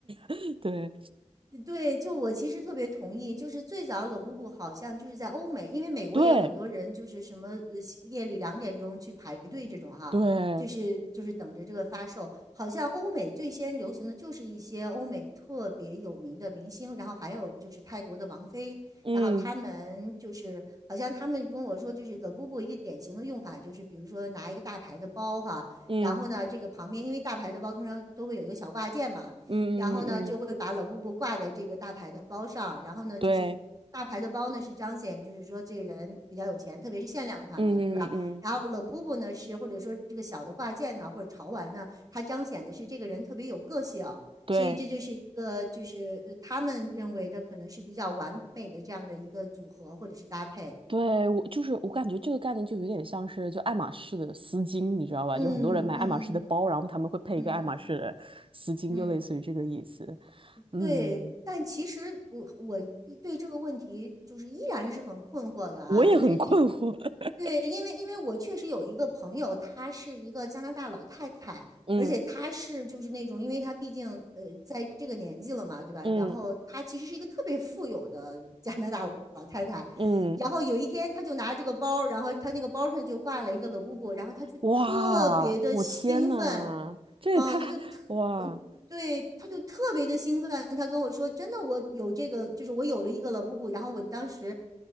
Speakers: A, on the right; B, on the right.
A: <laughs> 对，
B: 对，就我其实特别同意，就是最早冷布布好像就是在欧美，因为美国也有很多人就是什么呃夜里两点钟去排队这种哈，
A: 对，对，
B: 就是就是等着这个发售。好像欧美最先流行的就是一些欧美特别有名的明星，然后还有就是泰国的王菲，
A: 嗯
B: 然后他们就是好像他们跟我说，就是冷布布一个典型的用法就是比如说拿一个大牌的包哈，
A: 嗯
B: 然后呢这个旁边因为大牌的包通常都会有一个小挂件嘛。
A: 嗯嗯嗯，
B: 然后呢就会把冷布布挂在这个大牌的包上，
A: 嗯
B: 然后呢就是大牌的包呢是彰显就是说这个人比较有钱，
A: 对，
B: 特别是限量款的，
A: 嗯嗯嗯，
B: 对吧？
A: 嗯
B: 然后冷布布呢是或者说这个小的挂件呢或者潮玩呢，它彰显的是这个人特别有个性。
A: 对。
B: 所以这就是一个，就是呃，他们认为的可能是比较完美的这样的一个组合或者是搭配。
A: 对，我就是我感觉这个概念就有点像是就爱马仕的丝巾，你知道吧？
B: 嗯嗯嗯
A: 就很多人买爱马仕的包，然后他们会配一个爱马仕的丝巾，
B: 嗯嗯。
A: 就类似于这个意思。嗯，
B: 对，但其实我我一对这个问题就是依然是很困惑的啊，
A: 我也很困惑。
B: 就是因
A: <laughs>
B: 对，因为因为我确实有一个朋友，她是一个加拿大老太太，
A: 嗯
B: 而且她是就是那种，因为她毕竟呃在这个年纪了嘛，对吧？
A: 嗯
B: 然后她其实是一个特别富有的 <laughs> 加拿大老太太，
A: 嗯，
B: 然后有一天她就拿这个包，然后她那个包上就挂了一个 l 布布，然后她就特别的兴奋，
A: 哇，我天呐，这也太哇
B: 嗯，她就特。呃对，他就特别的兴奋，他跟我说：“真的，我有这个，就是我有了一个了布布。”然后我当时，